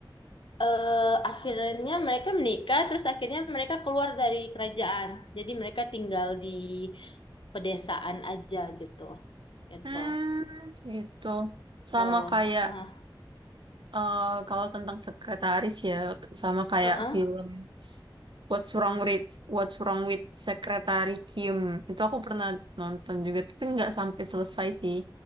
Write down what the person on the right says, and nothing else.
Hmm, gitu. Sama
kayak
eh, kalau tentang sekretaris ya, sama kayak
film What's Wrong with What's Wrong with Secretary Kim. Itu aku pernah nonton juga, tapi nggak sampai selesai sih.